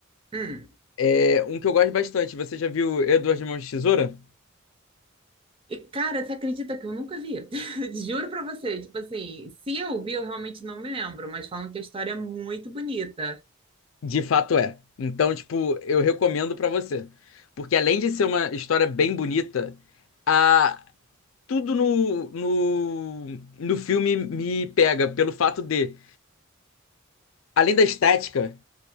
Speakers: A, on the right (about 25°); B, on the left (about 80°).
A: Hum.
B: é um que eu gosto bastante. Você já viu Edward Mãos de Tesoura?
A: E cara, você acredita que eu nunca vi? <laughs> Juro pra você, tipo assim, se eu vi, eu realmente não me lembro, mas falam que a história é muito bonita.
B: De fato é. Então, tipo, eu recomendo pra você. Porque além de ser uma história bem bonita, a... tudo no, no, no filme me pega pelo fato de, além da estética,